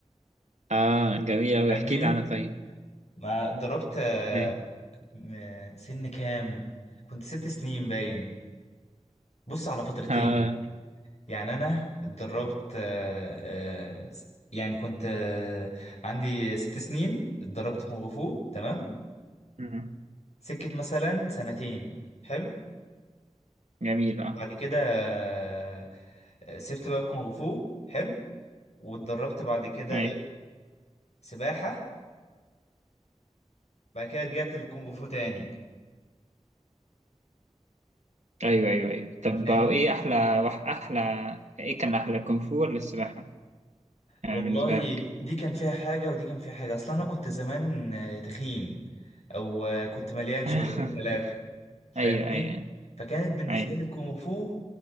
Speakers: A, on the right (about 75°); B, on the left (about 65°).
A: اه جميل اوي
B: فاهمني
A: احكي لي عنها طيب
B: ما اتدربت آه،
A: ايه
B: م- سن كام كنت ست سنين باين بص على فترتين
A: اه
B: يعني انا اتدربت آه، آه، س- يعني كنت آه، عندي ست سنين اتدربت كونغ فو تمام
A: مم.
B: سكت مثلا سنتين حلو
A: جميل اه
B: وبعد كده آه، آه، سبت بقى كونغ فو حلو واتدربت بعد كده
A: ايه
B: ايه سباحة بعد كده رجعت للكونغ فو تاني
A: ايوه ايوه ايوه طب
B: فاهمني
A: ايه احلى وح- احلى ايه كان احلى كونغ فو ولا السباحه يعني
B: والله
A: بالنسبه لك
B: دي كان فيها حاجة ودي كان فيها حاجة اصلا انا كنت زمان آه، تخين او آه، كنت مليان شويتين
A: <laughs>
B: ثلاثة فاهمني
A: ايوه ايوه
B: فكانت بالنسبة
A: ايوه
B: لي الكونغ فو